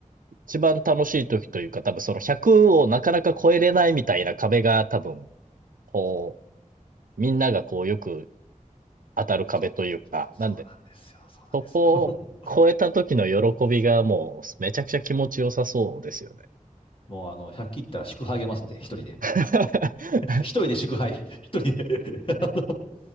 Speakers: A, on the right; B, on the left.
A: 一番楽しい時というか、多分その100をなかなか超えれないみたいな壁が多分、こう、みんながこうよく当たる壁というか、
B: そうなんですよ。そうなんですよ。
A: なんで、
B: そうなんですよ。
A: そこを超えた時の喜びがもうめちゃくちゃ気持ちよさそうですよね。
B: <laughs> もう、あの、100切ったら祝杯あげますんで、一人で。
A: <laughs>
B: 一人で祝杯。一人で <laughs> あの